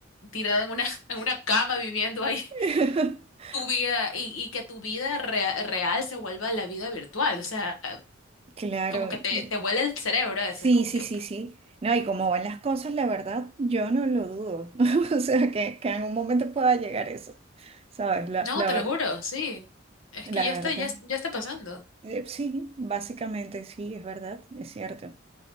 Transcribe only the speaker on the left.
tirado en una, <laughs> en una cama viviendo ahí <laughs>
tu vida y, y que tu vida rea- real se vuelva la vida virtual, o sea,
como que te,
te vuela el cerebro, eso
es como
que
No,
te
lo juro, sí. Es
que ya
está, ya, ya está pasando.